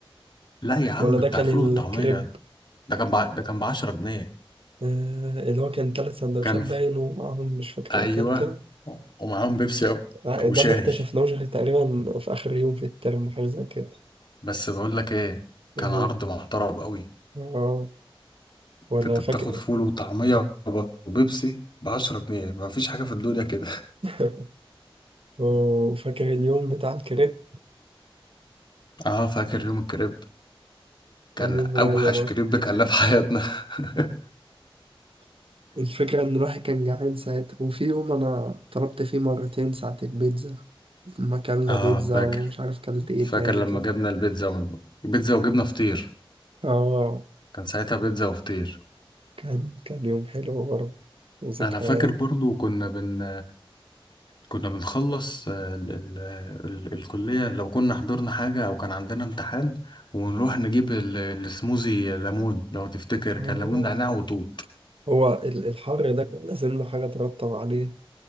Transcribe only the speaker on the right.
ولا
ده كان
الكريب
آه، اللي هو كان تلات سندوتشات
باين ومعاهم مش فاكر
ايه تاني كده
آه،
ده
ما اكتشفناهوش غير تقريبا في آخر يوم في الترم حاجة زي كده
إيه،
اه ولا
فاكر
<laughs> وفاكر اليوم بتاع الكريب
كان
يوم رايق
برضه
<laughs> الفكرة إن الواحد كان جعان ساعتها وفي يوم أنا طلبت فيه مرتين ساعة البيتزا لما أكلنا
بيتزا
ومش عارف كلت إيه
تاني
كده
اه
كان كان يوم حلو برضه وذكريات
اه
هو ال- الحر ده كان لازم له حاجة ترطب عليه